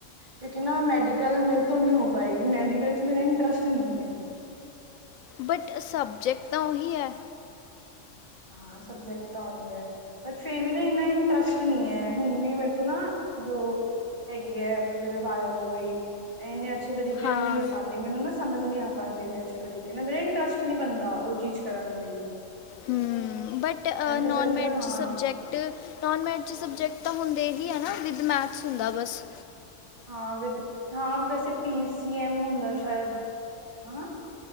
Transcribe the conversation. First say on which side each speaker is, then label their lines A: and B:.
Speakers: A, on the right; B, on the left.
A: ਕਿਉਂਕਿ ਨਾ ਮੈਡੀਕਲ ਮੇਰੇ ਤੋਂ ਨੀਂ ਹੋ ਪਾਏਗੀ ਮੈਡੀਕਲ 'ਚ ਮੇਰਾ ਇੰਟਰਸਟ ਨੀਂ ਐ।
B: ਬਟ ਸਬਜੈਕਟ ਤਾਂ ਓਹੀ ਐ?
A: ਹਾਂ ਸਬਜੈਕਟ ਤਾਂ ਓਈ ਐ। ਬਟ ਫੇਰ ਵੀ ਨਾ ਏਂਨਾ ਇੰਟਰਸਟ ਨੀ ਐ ਹੁਣ ਵੀ ਮੇਰੇ ਤੋਂ ਨਾ, ਜੋ ਹੈਗੀ ਐ, ਜਿਵੇਂ ਬਾਏਓ ਹੋ ਗਈ। ਏਂਨੇ ਅੱਛੇ ਤਰੀਕੇ
B: ਹਾਂ
A: ਨਾ ਨਈ ਹੋ ਪਾਂਦੀ, ਮੇਨੂੰ ਨਾ ਸਮਝ ਨਈ ਆ ਪਾਂਦੀ ਇੰਨੇ ਅੱਛੇ ਤਰੀਕੇ ਨਾਲ ਮੇਰਾ ਇੰਟਰਸਟ ਨੀ ਬਨਦਾ ਓ ਚੀਜ ਕਰਨ ਲਈ।
B: ਹੂੰ, ਬਟ
A: ਜਿਵੇਂ
B: ਅ
A: ਕਿਸਦਾ
B: ਨੋਨ
A: ਕਿਸਦਾ
B: ਮੈਡ
A: ਹਾਂ
B: 'ਚ ਸਬਜੈਕ ਟ ਨੋਨ ਮੈਡ 'ਚ ਸਬਜੈਕਟ ਤਾਂ ਹੁੰਦੇ ਹੀ ਐ ਨਾ ਵਿਦ ਮੈਥਸ ਹੁੰਦਾ ਬਸ।
A: ਹਾਂ ਵਿਦ, ਹਾਂ ਵੈਸੇ ਪੀ ਸੀ ਐਮ ਹੁੰਦਾ ਸ਼ਾਏਦ ਹਾਂ?